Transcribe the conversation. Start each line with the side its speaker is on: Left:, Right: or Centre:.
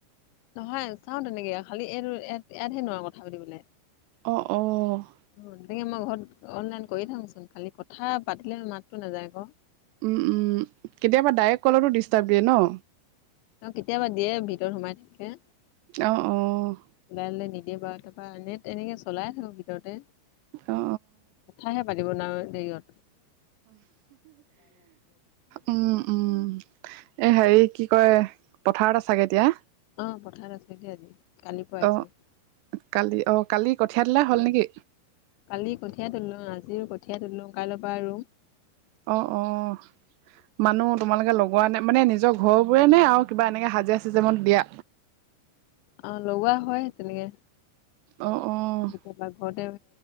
Left: নহয় চাওঁ তেনেকে। খালি এইটো ইয়াত ইয়াতহে নোৱাৰো কথা পাতিবলে।
Right: অ', অ',।
Left: <unintelligible> মই ঘৰত অনলাইন কৰি থাকোচোন। খালি কথা পাতিলে মাতটো নাযায় আকৌ।
Right: উম, উম। কেতিয়াবা ডাইৰেক্ট কলতো ডিষ্টাৰ্ব দিয়ে ন?
Left: অ', কেতিয়াবা দিয়ে ভিতৰত সোমাই থাকে।
Right: অ', অ'।
Left: কোনোবাই আনিলে নিদিয়ে। বা তাৰপা এনে তেনেকে চলাই থাকো ভিতৰতে। কথাহে
Right: অ
Left: পাতিব নোৱাৰো বেৰিয়ত।
Right: উম, উম। এ, হেৰি কি কয়, পথাৰত আছাগে এতিয়া।
Left: অ', পথাৰত আছো, দেই আজি কালি পইছো
Right: অ
Left: <unintelligible>
Right: কালি অ', কালি কঠিয়া তোলা হ'ল
Left: অ
Right: নেকি?
Left: কালি কঠিয়াই তোলিলো, আজিও কঠিয়াই তোলিলো, কাইলৈৰ পৰা আৰু
Right: অ', অ', মানুহ তোমালোকে লগোৱা নে মানে নিজৰ ঘৰবোৰে নে আৰু কিবা এনেকে হাজিৰা চাজিৰা অকণ দিয়া?
Left: অ', লগোৱা হয় তেনেকে।
Right: অ', অ'।
Left: <unintelligible> ঘৰ